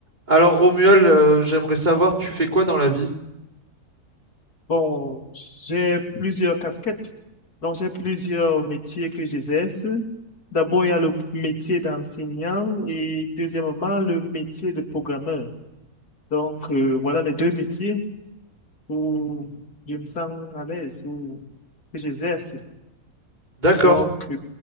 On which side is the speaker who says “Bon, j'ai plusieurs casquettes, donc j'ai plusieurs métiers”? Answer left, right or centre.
Left